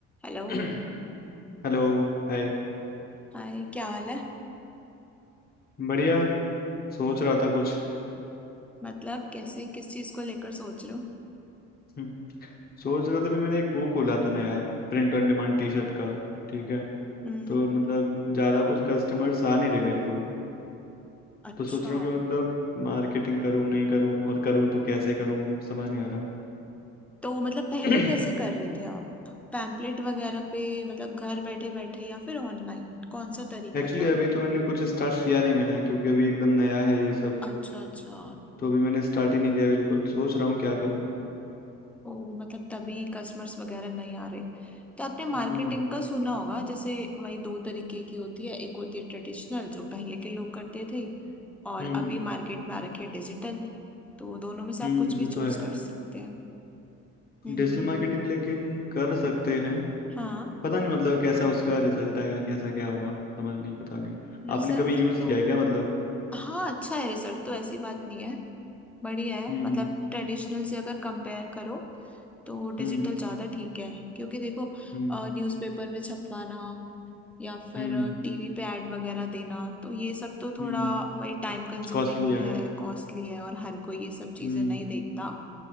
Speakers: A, in the centre; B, on the left.
A: Hello
B: <clears throat> Hello Hi
A: Hi क्या हाल है
B: बढ़िया सोच रहा था कुछ
A: मतलब कैसे किस चीज को लेकर सोच रहे हो
B: हम्म, सोच रहा था भी मैंने एक वो खोला था ना यार Print on demand T shirt का ठीक है
A: हम्म
B: तो मतलब ज़्यादा कुछ कस्टमर्स आ नहीं रहे मेरे को
A: अच्छा
B: तो सोच रहा हूँ कि मतलब मार्केटिंग करूँ नहीं करूँ और करूँ तो कैसे करूँ समझ नहीं आ रहा
A: तो मतलब पहले
B: <clears throat>
A: कैसे कर रहे थे आप पैम्पलेट वगैरह पे मतलब घर बैठे बैठे या फिर ऑनलाइन कौन सा तरीका
B: एक्चुअली
A: था
B: अभी तो मैंने कुछ स्टार्ट किया नहीं मैंने क्योंकि अभी एकदम नया है ये सब
A: अच्छा अच्छा
B: तो अभी मैंने स्टार्ट ही नहीं किया बिल्कुल सोच रहा हूँ क्या करूँ
A: ओ मतलब तभी कस्टमर्स वगैरह नहीं आ रहे तो आपने मार्केटिंग
B: हम्म
A: का सुना होगा जैसे वही दो तरीके की होती है एक होती है ट्रेडिशनल जो पहले के लोग करते थे और
B: हम्म
A: अभी मार्केट में आ रखी है डिजिटल तो दोनों में से आप
B: हम्म
A: कुछ भी
B: वो
A: चूज
B: तो है
A: कर सकते हैं हम्म
B: डिजिटल मार्केटिंग लेकिन कर सकते हैं
A: हाँ
B: पता नहीं मतलब कैसा उसका रिजल्ट आएगा कैसा क्या हुआ समझ नहीं पता नहीं
A: रिजल्ट
B: आपने कभी यूज
A: तो
B: किया है क्या मतलब
A: हाँ अच्छा है रिजल्ट तो ऐसी बात नहीं है बढ़िया है
B: हम्म
A: मतलब ट्रेडिशनल से अगर कंपेयर करो तो डिजिटल
B: हम्म
A: ज़्यादा ठीक है क्योंकि देखो
B: हम्म
A: न्यूज़पेपर में छपवाना या फिर
B: हम्म
A: टीवी पे ऐड वगैरह देना तो ये सब तो थोड़ा
B: हम्म
A: वही टाइम कंज्यूमिंग
B: कॉस्टली
A: भी
B: है
A: है कॉस्टली है और हर कोई ये सब चीज़ें
B: हम्म
A: नहीं देखता